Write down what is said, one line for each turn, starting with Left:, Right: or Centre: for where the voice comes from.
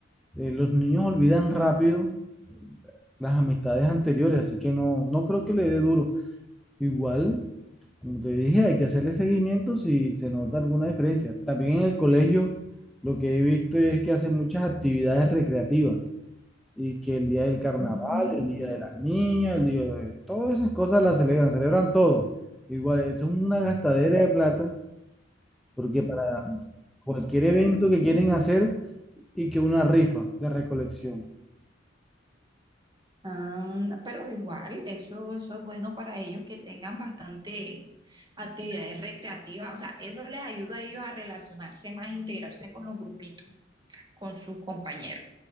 Centre: eh, los niños olvidan rápido las amistades anteriores, así que no, no creo que le dé duro. Igual, como te dije, hay que hacerle seguimiento si se nota alguna diferencia. También en el colegio lo que he visto es que hacen muchas actividades recreativas y que el día del carnaval,
Right: bien.
Centre: el día de las niñas, el día de todas esas cosas las celebran, celebran todo. Igual, eso es una gastadera de plata porque para cualquier evento que quieren hacer y que una rifa de recolección.
Right: Ah, pero igual, eso, eso es bueno para ellos que tengan bastante actividades recreativas. O sea, eso les ayuda a ellos a relacionarse más, a integrarse con los grupitos, con sus compañeros.